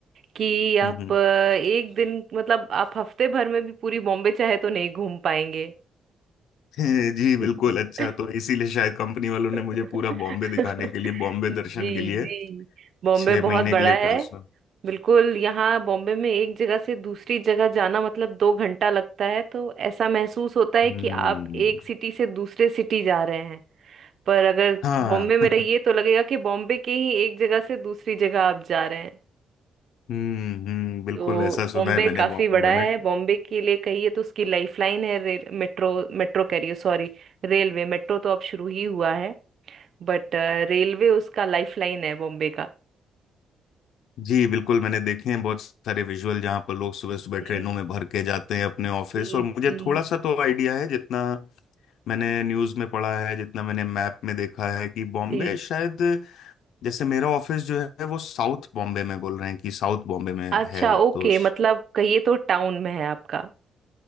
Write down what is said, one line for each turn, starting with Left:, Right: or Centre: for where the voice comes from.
Right: कि
Left: हम्म
Right: आप
Left: हम्म।
Right: अ, एक दिन मतलब आप हफ्ते भर में भी पूरी बॉम्बे चाहे तो नहीं घूम पाएंगे
Left: <laughs> जी
Right: <laughs>
Left: बिल्कुल अच्छा तो इसीलिए शायद कंपनी वालों
Right: <laughs>
Left: ने मुझे पूरा बॉम्बे दिखाने के लिए बॉम्बे
Right: जी
Left: दर्शन के लिए
Right: जी बॉम्बे
Left: छह
Right: बहुत
Left: महीने
Right: बड़ा
Left: के लिए
Right: है
Left: ट्रांसफर
Right: बिल्कुल यहाँ बॉम्बे में एक जगह से दूसरी जगह जाना मतलब दो घंटा लगता है तो ऐसा महसूस होता है
Left: हम्म
Right: कि आप एक सिटी से दूसरे सिटी जा रहे हैं पर अगर
Left: हाँ
Right: बॉम्बे में रहिए तो लगेगा कि बॉम्बे के ही एक जगह से दूसरी जगह आप जा रहे हैं
Left: <laughs> हम्म हम्म बिल्कुल
Right: तो
Left: ऐसा सुना
Right: बॉम्बे
Left: है मैंने
Right: काफी
Left: बॉम्बे
Right: बड़ा
Left: में
Right: है बॉम्बे के लिए कहिए तो उसकी लाइफलाइन है रेल मेट्रो मेट्रो कह रही हूँ सॉरी रेलवे मेट्रो तो अब शुरू ही हुआ है बट रेलवे उसका लाइफलाइन है बॉम्बे का
Left: जी बिल्कुल मैंने देखे हैं बहुत सारे विजुअल जहाँ पर लोग सुबह सुबह ट्रेनों
Right: जी
Left: में भर के जाते हैं अपने ऑफिस
Right: जी
Left: और मुझे
Right: जी
Left: थोड़ा सा तो आइडिया है जितना मैंने न्यूज़ में पढ़ा है जितना मैंने मैप में देखा है कि बॉम्बे
Right: जी
Left: शायद जैसे मेरा ऑफिस जो है वो साउथ बॉम्बे में बोल रहे हैं कि साउथ बॉम्बे में
Right: अच्छा
Left: है
Right: ओके
Left: तो स-
Right: मतलब कहिए तो टाउन में है आपका